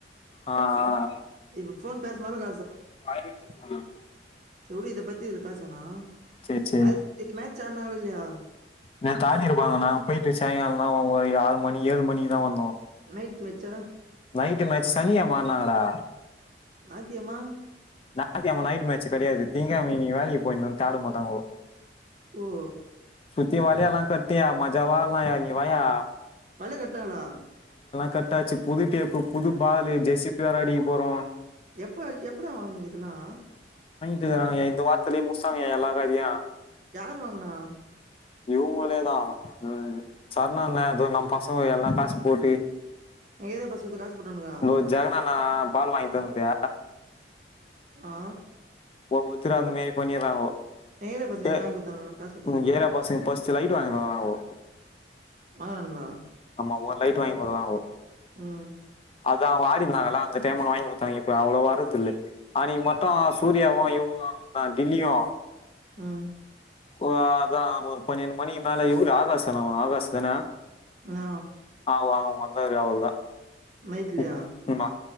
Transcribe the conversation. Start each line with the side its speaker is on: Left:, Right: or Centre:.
Left: ஆ ஆ
Right: இப்ப ஃபோன் பேசினாலும்
Left: <inaudible>
Right: செரி உடு இதப்பத் தி இதுல பேச வேணா
Left: சேரி சேரி
Right: மேட்ச் நேத்து மேட்ச் ஆடுனாங்களா இல்லயா
Left: நேத்து <unintelligible> கிட்ட போனோ நாங்க போயிட்டு சாயங்காலந்தாப்பா ஒரு ஆறு மணி ஏழு மணிக்குதா வந்தோ
Right: நைட் மேட்சா
Left: நைட்டு மேட்ச் சனிக்கெழமனாடா
Right: நாய்த்துக்கெழம
Left: ஞாயித்துக்கெழம நைட்டு மேட்ச்சு கெடையாது திங்க்கெழம இன்னக்கி வேலக்கி போயினுன்னு தேடமாட்டாங்கோ
Right: ஓ
Left: சுத்தி வலையெல்லா கட்டி ஆ மஜாவா ஆட்லாய்யா நீ வாய்யா
Right: வல கட்றாங்ளா
Left: கட்டாச்சு புது டேப்பு புது பாலு ஜெர்சி வேற அடிக்கப் போறோ
Right: எப்ப அட்ச் எப்படா வாங்குனீங்க இதெல்லா
Left: ட்றாங்கய்யா இந்த வாரத்துலயே முட்சாட்டங்கய்யா எல்லா கா இதயு
Right: யாரு வாங்குனா
Left: இவுங்களேதா ம் சர்ணான்னே அது நம் பசங்க எல்லா காசு போட்டு
Right: எங்க ஏரியா பசங்க காசு போட்டானுங்களா
Left: தோ ஜகனண்ணா பால் வாங்கி தந்துது
Right: ஆ
Left: ஒவ்வொருத்தரு அந்த மேரி பண்ணிர்றாங்கோ
Right: எங்க ஏரியா பசங்க இதெல்லாம்
Left: ஏ
Right: வாங்கி கொடுத்தானுங்களா காசு கொடுத்தானுங்களா
Left: உங்க ஏரியா பசங்க ஃபஸ்ட்டு லைட்டு வாங்குறோன்னாங்கோ
Right: வாங்கறானுகளா
Left: அவுங்க லைட் வாங்கி குடுக்குறானுவோ
Right: ம்
Left: அது அவுங்க ஆடினுருந்தாங்கல்ல அந்த டைம்ல வாங்கி குடுத்தாங்க இப்ப அவ்ளவா வர்து இல்ல அன்னக்கி மட்டு சூர்யாவு இவ ஆ டில்லியு
Right: ம்
Left: ஒரு அதா ஒரு பன்னெண்டு மணிக்கு மேல இவரு ஆகாஷ் தான அவுங்க ஆகாசஷ் தான
Right: ஆ
Left: அவுரு அவுரு வந்தாரு அவ்ளவுதா
Right: நைட்லையா
Left: ம் ஆமா